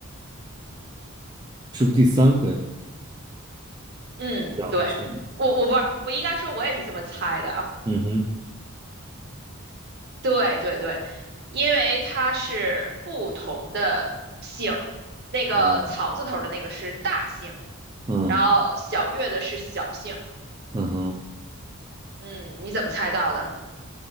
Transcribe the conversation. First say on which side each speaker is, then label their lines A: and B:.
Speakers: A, on the right (about 20°); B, on the right (about 50°).
A: 是不是第三个呀？
B: 嗯，
A: 叫什么
B: 对，我我不是，我应该说我也是这么猜的啊。
A: 嗯哼，
B: 对对对，因为它是不同的姓儿，那个草字头儿的那个是大姓，
A: 嗯嗯
B: 然后小月的是小姓。
A: 嗯哼，
B: 嗯，你怎么猜到的？